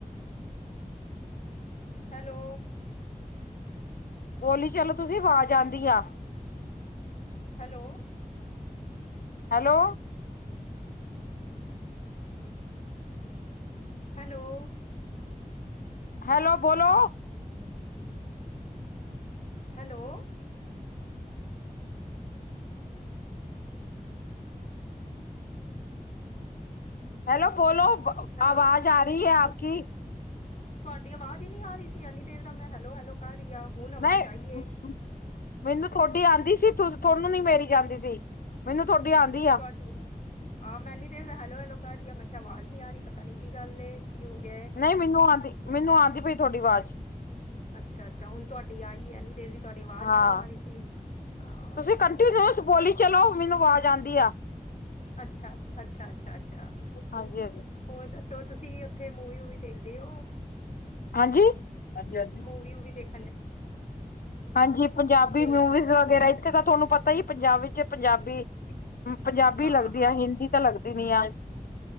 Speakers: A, on the left; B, on the left.
A: ਹੈਲੋ
B: ਬੋਲੀ ਚਲੋ ਤੁਸੀਂ ਆਵਾਜ਼ ਆਉਂਦੀ ਆ
A: ਹੈਲੋ
B: ਹੈਲੋ
A: ਹੈਲੋ
B: ਹੈਲੋ ਬੋਲੋ
A: ਹੈਲੋ
B: ਹੈਲੋ ਬੋਲੋ
A: ਹੈਲੋ
B: ਆਵਾਜ਼ ਆ ਰਹੀ ਹੈ, ਆਪ
A: ਹੱਥ
B: ਕੀ
A: ਤੁਹਾਡੀ ਆਵਾਜ਼ ਹੀ ਨਹੀਂ ਆ ਰਹੀ ਸੀ, ਇੰਨੀ ਦੇਰ ਦਾ ਮੈਂ ਹੈਲੋ -ਹੈਲੋ ਕਰ ਰਹੀ ਆ, ਹੁਣ ਆਵਾਜ਼
B: ਨਹੀਂ
A: ਆਈਏ
B: ਮੈਨੂੰ ਤੁਹਾਡੀ ਆਉਂਦੀ ਸੀ, ਤੁਹਾਨੂੰ ਨੀ ਮੇਰੀ ਜਾਂਂਦੀ ਸੀ, ਮੈਨੂੰ ਤੁਹਾਡੀ ਆਉਂਦੀ ਆ
A: ਵਧੀ ਵ ਹਾਂ ਮੈਂ ਏਨੀ ਦੇਰ ਦਾ ਹੈਲੋ -ਹੈਲੋ ਕਰ ਰਹੀ ਆ ਮੈਂ ਕਿਹਾ ਆਵਾਜ਼ ਨੀ ਆ ਰਹੀ, ਪਤਾ ਨੀ ਕੀ ਗੱਲ ਕੀ ਹੋ ਗਿਆ ਏ
B: ਨਹੀਂ ਮੈਨੂੰ ਆਉਂਦੀ ਮੈਨੂੰ ਆਉਂਦੀ ਪਈ, ਤੁਹਾਡੀ ਆਵਾਜ਼
A: ਅੱਛਾ ਅੱਛਾ ਹੁਣ ਤੁਹਾਡੀ ਆਈ ਇੰਨੀ ਦੇਰ ਦੀ ਤੁਹਾਡੀ ਆਵਾਜ਼
B: ਹਾਂ
A: ਹੀ ਨਹੀ ਆ ਰਹੀ ਸੀ ਹਾਂ
B: ਤੁਸੀਂ ਕੰਟੀਨਿਊਸ ਬੋਲੀ ਚਲੋ, ਮੈਨੂੰ ਆਵਾਜ਼ ਆਉਂਦੀ ਆ
A: ਅੱਛਾ -ਅੱਛਾ, ਅੱਛਾ -ਅੱਛਾ
B: ਹਾਂਜੀ
A: ਹੋਰ ਦੱਸੋ ਤੁਸੀਂ ਉਥੇ ਮੂਵੀ ਵੀ ਦੇਖਦੇ ਹੋ
B: ਹਾਂਜੀ ਹਾਂਜੀ ਹਾਂਜੀ
A: ਮੂਵੀ ਵੀ ਦੇਖ
B: ਹਾਂਜੀ ਪੰਜਾਬੀ
A: ਫਿਲਮ
B: ਮੂਵੀਜ਼ ਵਗੈਰਾ ਇੱਥੇ ਤਾਂ ਤੁਹਾਨੂੰ ਪਤਾ ਹੀ ਪੰਜਾਬ ਵਿੱਚ ਪੰਜਾਬੀ ਪੰਜਾਬੀ
A: ਹਾਂ
B: ਲੱਗਦੀ
A: ਹਾਂ
B: ਆ ਹਿੰਦੀ ਤਾਂ ਲੱਗਦੀ ਨੀ ਆ